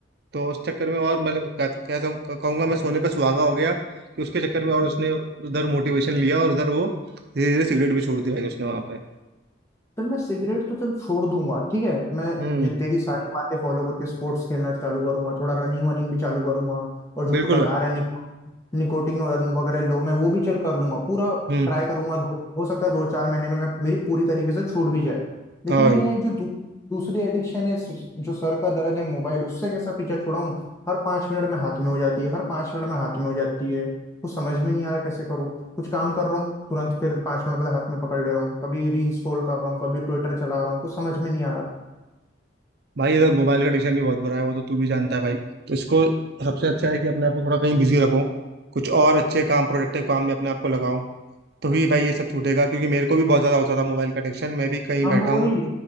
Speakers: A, on the right; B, on the left.
A: तो उस चक्कर में और मतलब कह- कहता हूँ कहूंगा मैं सोने पे सुहागा हो गया कि उसके चक्कर में और
B: था
A: उसने उधर मोटिवेशन लिया और उधर वो धीरे धीरे सिगरेट भी छोड़ दी भाई उसने वहाँ पे
B: चल मैं सिगरेट तो चल छोड़ दूंगा ठीक है मैं
A: हम्म
B: ये तेरी सारी बातें फॉलो करके स्पोर्ट्स खेलना चालू करूंगा थोड़ा रनिंग वनिंग भी चालू करूंगा और जो
A: बिल्कुल
B: तू बता
A: भाई
B: रहा है निको, निकोटिन वगैरह लो मैं वो भी चल कर लूंगा पूरा
A: हम्म
B: ट्राई करूंगा दो- हो सकता है दो चार महीने में मैं मेरी पूरी तरीके से छूट भी जाए लेकिन
A: हाँ भाई
B: ये जो दू, दूसरी एडिक्शन है इस- जो सर का दर्द है मोबाइल उससे कैसा पीछा छुड़ाऊं हर पाँच मिनट में हाथ में हो जाती है हर पाँच मिनट में हाथ में हो जाती है कुछ समझ में नहीं आ रहा कैसे करूँ कुछ काम कर रहा हूँ तुरंत फिर पांच मिनट बाद हाथ में पकड़ ले रहा हूँ कभी रील स्क्रॉल कर रहा हूँ कभी ट्विटर चला रहा हूँ कुछ समझ में नहीं आ रहा
A: भाई इधर मोबाइल का एडिक्शन भी बहुत बुरा है वो तो तू भी जानता है भाई तो इसको सबसे अच्छा है कि अपने आप को थोड़ा कहीं बिजी रखो कुछ और अच्छे काम प्रोडक्टिव काम में अपने आप को लगाओ तो ही भाई ये सब छूटेगा क्योंकि मेरे को भी बहुत ज्यादा होता था मोबाइल का एडिक्शन मैं भी कहीं
B: हाँ
A: बैठा
B: मैं
A: हूँ
B: वही